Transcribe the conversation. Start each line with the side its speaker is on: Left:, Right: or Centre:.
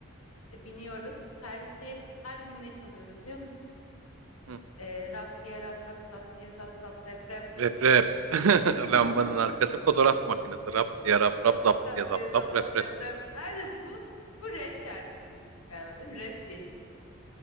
Left: İşte biniyoruz. Serviste hep her gün ne çalıyordu biliyor musun?
Right: Hı.
Left: E, rap diye rap rap zap diye zap zap rap rap.
Right: Rap rap. <laughs>
Left: <laughs>
Right: Lambanın arkası fotoğraf makinesi. Rap diye rap rap zap
Left: Rap
Right: diye zap
Left: diye
Right: zap
Left: zap zap
Right: rap
Left: rap
Right: rap.
Left: rap. Aynen bu bu rap şarkısıymış galiba değil mi? Rap diye çıktı bu.